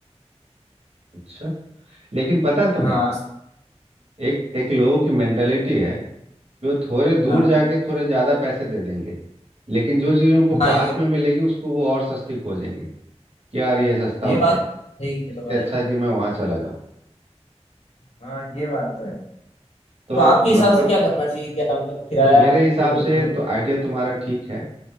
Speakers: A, on the right; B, on the left.
A: अच्छा लेकिन पता है तुम्हें
B: हाँ
A: एक एक लोगों की मेंटेलिटी है कि वो थोड़े दूर
B: हाँ
A: जाके थोड़े ज्यादा पैसे दे देंगे लेकिन जो चीज उनको
B: हाँ
A: पास
B: ये
A: में मिलेगी उसको वो और सस्ती खोजेंगे कि यार ये सस्ता
B: ये
A: होता
B: बात
A: तो
B: सही
A: है,
B: कह
A: इससे
B: रहे हो भाई
A: अच्छा
B: आप
A: कि मैं वहां चला जाऊं
B: हाँ ये बात तो है
A: तो
B: तो आपके हिसाब
A: मतलब
B: से क्या करना चाहिए क्या मतलब किराया
A: मेरे हिसाब
B: वो हम्म,
A: से तो आइडिया तुम्हारा ठीक है